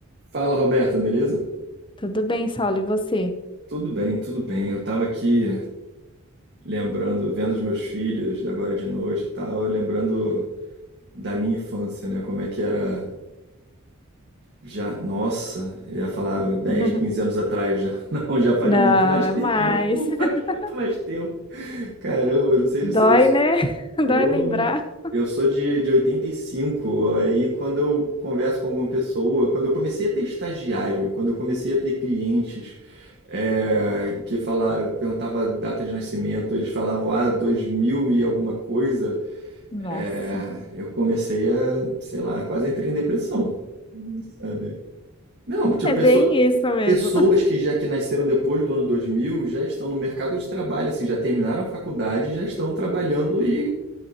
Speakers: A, on the right (about 50°); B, on the left (about 20°).
A: Fala, Roberta, beleza?
B: Tudo bem, Saulo, e você?
A: Tudo bem, tudo bem. Eu tava aqui lembrando, vendo os meus filhos agora de noite e tal, eu lembrando da minha infância, né? Como é que era já, nossa, eu ia falar 10,
B: <laughs>
A: 15 anos atrás já. <laughs> Não, já faz
B: Não,
A: muito mais
B: é
A: tempo,
B: mais. <laughs>
A: faz muito mais tempo. Caramba, eu não sei
B: Dói,
A: se você, eu
B: né? <laughs>
A: Ou
B: Dói lembrar.
A: eu sou de, de oitenta e cinco aí quando eu converso com alguma pessoa, quando eu comecei a ter estagiário, quando eu comecei a ter clientes é, que fala, eu perguntava a data de nascimento, eles falavam, ah, 2000 e alguma coisa,
B: Nossa.
A: é, eu comecei a, sei lá, quase entrei em depressão, sabe? Não, tipo,
B: É
A: pessoa,
B: bem isso mesmo.
A: pessoas
B: <laughs>
A: que já que nasceram depois do ano 2000 já estão no mercado de trabalho, assim, já terminaram a faculdade, já estão trabalhando e